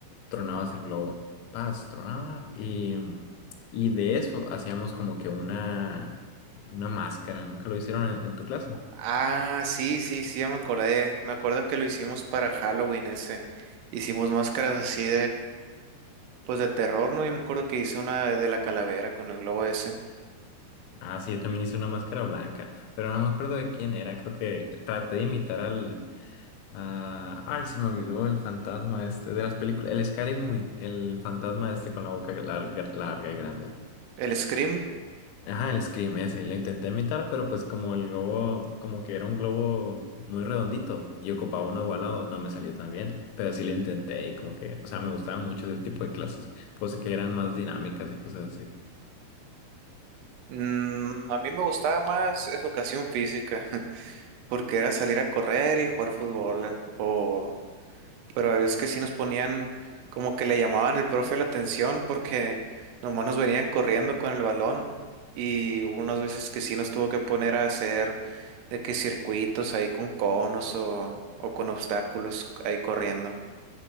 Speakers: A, on the left; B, on the right.
A: tronabas el globo. Paz, tronaba y, y de eso hacíamos como que una, una máscara. ¿Nunca lo hicieron en en tu clase?
B: Ah, sí, sí, sí, ya me acordé. Me acuerdo que lo hicimos para Halloween ese. Hicimos máscaras así Pues de terror, ¿no? Yo me acuerdo que hice una de la calavera con el globo ese.
A: Ah, sí, yo también hice una máscara blanca, pero no me acuerdo de quién era. Creo que traté de imitar al... a- Ay, se me olvidó el fantasma este de las películas. El Scary Movie, el fantasma este con la boca larga, larga y grande.
B: El Scream,
A: Ajá, el Scream ese. Lo intenté imitar, pero pues como el globo, como que era un globo muy redondito y ocupaba uno ovalado, no me salió tan bien. Pero sí lo intenté y como que, o sea, me gustaba mucho ese tipo de clases. Pues que eran más dinámicas y cosas así.
B: mm, a mí me gustaba más educación física, <laughs> porque era salir a correr y jugar fútbol, o... Pero a veces que sí nos ponían, como que le llamaban el profe la atención, porque nomás nos venían corriendo con el balón, y hubo unas veces que sí nos tuvo que poner a hacer de que circuitos ahí con conos o, o con obstáculos ahí corriendo.